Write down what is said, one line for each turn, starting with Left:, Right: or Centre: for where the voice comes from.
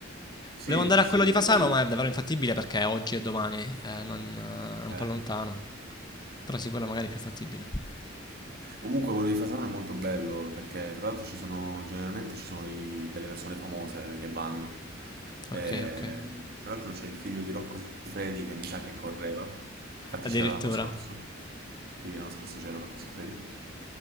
Right: Sì,
Left: Volevo andare
Right: sì,
Left: a
Right: sì.
Left: quello di Fasano,
Right: E poi...
Left: ma è davvero infattibile perché oggi e domani, eh, non- eh, è un
Right: eh,
Left: po' lontano. Però sì, quello magari è più fattibile.
Right: Comunque quello di Fasano è molto bello perché tra l'altro ci sono, generalmente ci sono i- delle persone famose che vanno.
Left: Ok,
Right: Eh,
Left: ok.
Right: tra l'altro c'è il figlio di Rocco Siffredi che mi sa che correva, infatti
Left: Addirittura.
Right: c'era l'anno scorso. Sì, l'anno scorso c'era Rocco Siffredi.